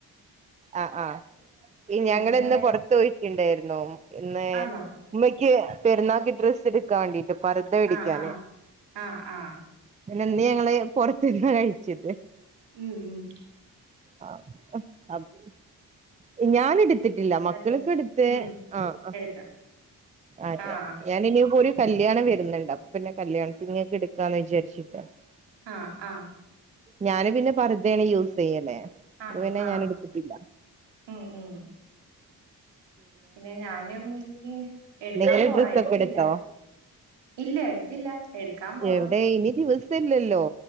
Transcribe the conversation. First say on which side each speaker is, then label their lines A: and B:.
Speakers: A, on the right; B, on the right.
A: ആഹ് ആഹ് ഈ
B: പിന്നെ
A: ഞങ്ങളിന്ന് പുറതോയി രൊക്കെണ്ടായിരുന്നു <unintelligible>
B: ആണോ
A: ന്ക്കി പെരുന്നാൾക്ക് ഡ്രെസ്സെടുക്കാൻ വേണ്ടിട്ട് പറുത പിടിക്കലെ
B: ആഹ് ആഹ് ആഹ് ആഹ്
A: പിന്നെ ഇന്ന് ഞങ്ങള് പുറത്തിന്ന് കഴിച്ച് <unintelligible>
B: ഹ്മ്മ് ഹ്മ്മ്
A: അ അ ഹ് ഞാൻ എടുത്തിട്ടില്ല മക്കൾക്ക്
B: ഡ്രസ്
A: എടുത്ത്
B: ഉം
A: ആഹ് ആഹ്
B: എടുത്ത്
A: അതെ
B: ആഹ്
A: ഞാനിനി യുങ്കുടിം കല്യാണം വരുന്നുണ്ട് അപ്പൊ പിന്നെ കല്യാണത്തിങ്ങേക്ക് എടുക്ക എന്ന് വിചാരിച്ചിരിപ്പ
B: ആഹ് ആഹ്
A: ഞാന് പിന്നെ പർദ്ദയാണ് യൂസ് ചെയ്യല്
B: ആന്നോ
A: അപ്പോ പിന്നെ
B: ആഹ്
A: ഞാൻ എടുത്തിട്ടില്ല
B: ഉം ഉം പിന്നെ ഞാനും പിന്നെ എടുക്കാൻ
A: നിങ്ങള്
B: പോണം
A: ഡ്രസ്സൊക്കെ
B: എടുത്തില്ല
A: എടുത്തോ
B: ഇല്ല എടുത്തില്ല എടുക്കാൻ പോണം
A: എവിടെ ഇനി ദിവസല്ലല്ലോ
B: പിന്നെ